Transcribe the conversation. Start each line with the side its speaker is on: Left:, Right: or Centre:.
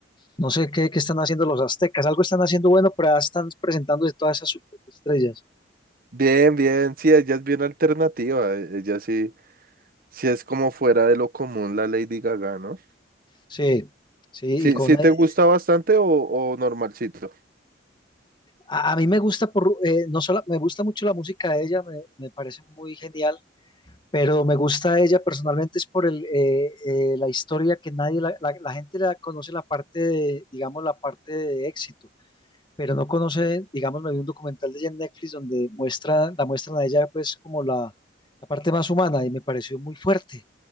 Left: No sé qué, qué están haciendo los aztecas, algo están haciendo bueno, pero ya están presentándose todas esas estrellas.
Right: Bien, bien, sí, ella es bien alternativa, e- ella sí. Si es como fuera de lo común la Lady Gaga, ¿no?
Left: Sí, sí,
Right: Sí,
Left: y con
Right: sí te
Left: eh,
Right: gusta bastante o, o normalcito.
Left: a, a mí me gusta por eh, no solo me gusta mucho la música de ella, me, me parece muy genial, pero me gusta ella personalmente es por el, eh, eh, la historia que nadie la, la- la gente la conoce la parte de, digamos la parte de éxito, pero no conoce, digamos, me vi un documental de ella en Netflix donde muestra, la muestran a ella pues como la, la parte más humana y me pareció muy fuerte.